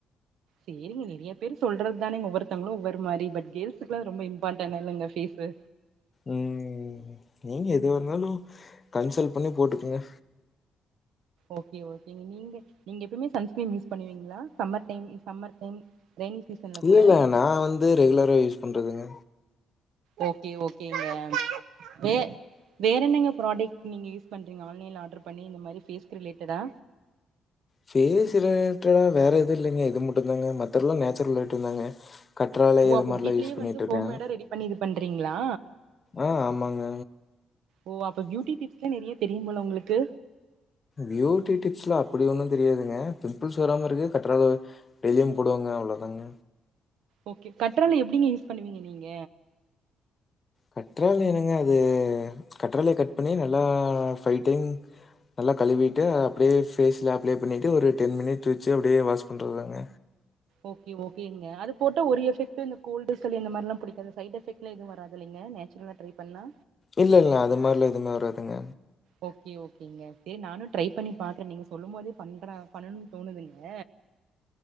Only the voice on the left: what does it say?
ம் நீங்க எதுவா இருந்தாலு கன்சல்ட் பண்ணி போட்டுக்கங்க
இல்ல
இல்ல நா வந்து ரெகுலரா யூஸ் பண்றதுங்க
ஃபேஸ் ரிலேட்டடா வேற எது இல்லைங்க இது மட்டுதாங்க மத்ததெல்லா நேச்சுரல் ஐட்டம் தாங்க கற்றாழை
அது
மாரிலாம்
யூஸ் பண்ணிட்டுருக்கேன்.
ஆ ஆமாங்க
பியூட்டி டிப்ஸ்லா அப்டி ஒன்னு தெரியாதுங்க பிம்பிள்ஸ் வராம இருக்கு கற்றா டெய்லியு போடுவங்க அவ்ளோ தாங்க
கற்றாழை என்னங்க அது கற்றாழைய கட் பண்ணி நல்லா ஃபை டைம் நல்லா கழுவிட்டு அப்டியே ஃபேஸ்ல அப்ளே பண்ணிட்டு ஒரு டென் மினிட் வெச்சி அப்டியே வாஷ் பண்ணுறது தாங்க
இல்ல இல்ல அது மாரிலா எதுவுமே வராதுங்க